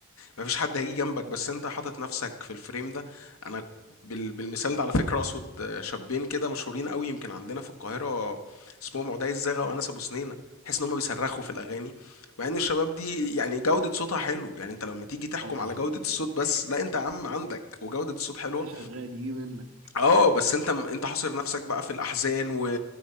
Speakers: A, on the left; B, on the right.
A: مفيش حد هيجي جنبك بس أنت حاطط نفسك في الفريم ده أنا بال- بالمثال ده على فكرة أقصد شابين كده مشهورين قوي يمكن عندنا في القاهرة اسمهم عدي الزغا وأنس أبو سنينة تحس إن هم بيصرخوا في الأغاني مع إن الشباب دي يعني جودة صوتها حلو يعني أنت لما تيجي تحكم
B: اه
A: على جودة
B: <laughs>
A: الصوت بس لا أنت يا عم عندك وجودة الصوت حلوة
B: شغال يجي منك
A: اه بس انت انت حاصر نفسك بقى في الاحزان و...